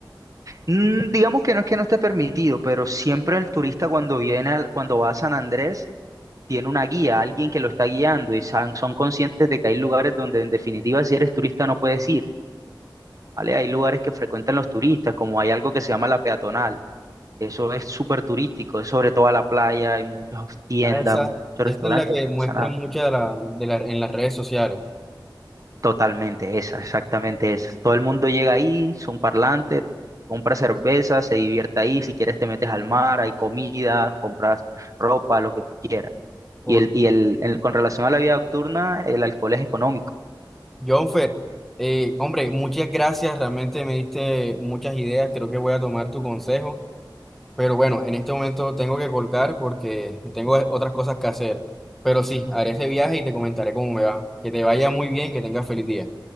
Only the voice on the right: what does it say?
mm, digamos que no es que no esté permitido, pero siempre el turista cuando viene, al- cuando va a San Andrés, tiene una guía, alguien que lo está guiando y san- son conscientes de que hay lugares donde en definitiva si eres turista no puedes ir, ¿vale? Hay lugares que frecuentan los turistas, como hay algo que se llama la peatonal. Eso es súper turístico, es sobre toda la playa, hay muchas tiendas,
muchos restaurantes
y no
pasa nada.
Totalmente esa, exactamente esa. Todo el mundo llega ahí, son parlantes, compra cerveza, se divierte ahí, si quieres te metes al mar, hay comida, compras ropa, lo que tú quieras.
Y, el, y el, el- con relación a la vida nocturna, el alcohol es económico,